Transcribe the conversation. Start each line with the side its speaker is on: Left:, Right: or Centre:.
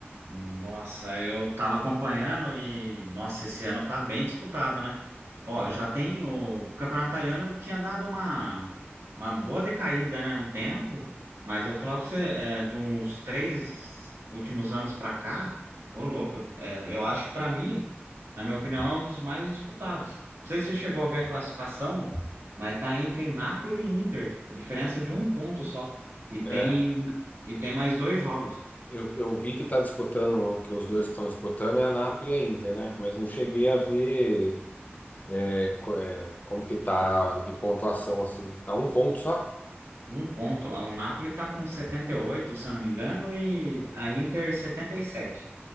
Right: Nossa, eu tava acompanhando e, nossa, esse ano tá bem disputado, né? Ó,
Left: É,
Right: já tem o, o campeonato italiano tinha dado uma, uma boa decaída, né? Um tempo, mas eu vou falar pra você, é, de uns três últimos anos pra cá, ô louco, é, eu acho que pra mim, na minha opinião, é um dos mais disputados. Não sei se você chegou a ver a classificação, mas tá entre Napoli e Inter, a diferença é de um ponto só, e tem,
Left: é.
Right: e tem mais dois jogos.
Left: Eu, eu vi que tá disputando, que os dois que estão disputando é a Napoli e a Inter, né? Mas não cheguei a ver é, co- é, como que tá de pontuação, assim. Tá um ponto só?
Right: Um ponto. O Napoli tá com 78 se eu não me engano, e a Inter 77.